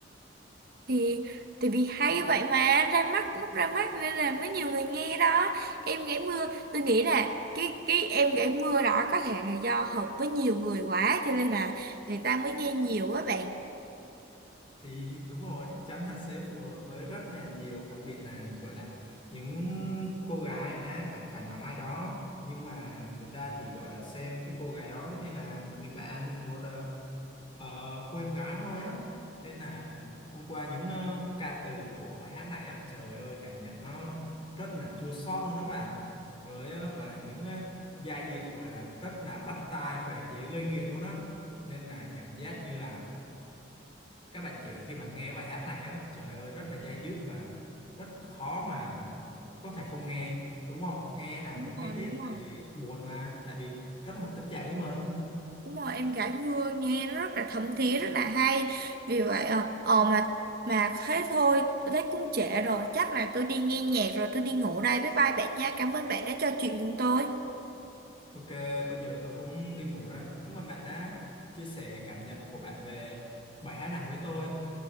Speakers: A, on the right; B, on the left.
A: thì tại vì hay vậy mà ra mắt lúc ra mắt nên là mới nhiều người nghe đó em gãy mưa tôi nghĩ là cái cái em gãy mưa đó có thể là do hợp với nhiều người quá cho nên là người ta mới nghe nhiều á bạn
B: thì đúng rồi chắc chắn là sẽ phù hợp với rất là nhiều đặc biệt là gọi là những cô gái đã phải phải nằm ai đó nhưng mà người ta chỉ gọi là xem cái cô gái đó giống như là một người bạn một ờ, ờ, cô em gái thôi á nên là thông qua những ờ, ca từ của bài hát này á trời ơi cảm nhận nó rất là chua xót luôn đó bạn với ờ, gọi là những ờ, giai điệu gọi là rất là bắt tai và dễ gây nghiện luôn á nên là cảm giác như là các bạn trẻ khi mà nghe bài hát này á trời ơi rất là dai dứt và rất khó mà có thể không nghe đúng không nghe là
A: đúng
B: muốn
A: rồi
B: nghe tiếp
A: đúng rồi
B: tại vì buồn mà tại vì rất hợp tình trạng với mình
A: đúng rồi em gãy mưa nghe nó rất là thấm thía rất là hay vì vậy ờ ờ mà mà thế thôi tôi thấy cũng trễ rồi chắc là tôi đi nghe nhạc rồi tôi đi ngủ đây bye bye bạn nha cảm ơn bạn đã trò chuyện cùng tôi
B: ok bây giờ tôi cũng đi ngủ đây cảm ơn bạn đã chia sẻ cảm nhận của bạn về bài hát này với tôi